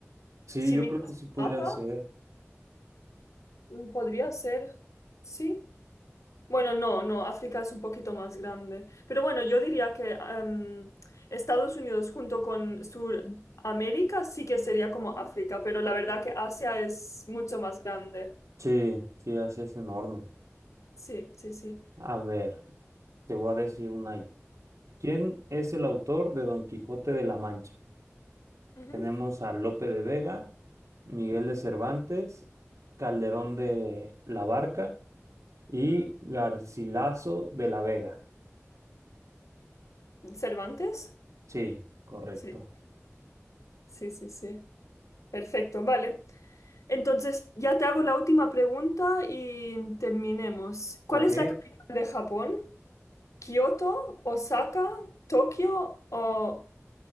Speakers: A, on the right; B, on the left.
A: Sí,
B: Si
A: yo
B: miras
A: creo que sí
B: el
A: podrían
B: mapa,
A: ser.
B: mm, podría ser, sí. Bueno, no, no, África es un poquito más grande. Pero bueno, yo diría que em, Estados Unidos junto con Sudamérica sí que sería como África, pero la verdad que Asia es mucho más grande.
A: Sí, sí, Asia es enorme.
B: Sí, sí, sí.
A: A ver, te voy a decir una. yo. ¿Quién es el autor de Don Quijote de la Mancha?
B: Ujú.
A: Tenemos a Lope de Vega, Miguel de Cervantes, Calderón de la Barca y Garcilaso de la Vega.
B: ¿Cervantes?
A: Sí, correcto.
B: Sí, sí, sí, sí. Perfecto, vale. Entonces, ya te hago la última pregunta y terminemos. ¿Cuál
A: Ok.
B: es la capital de Japón? Kioto, Osaka, Tokio o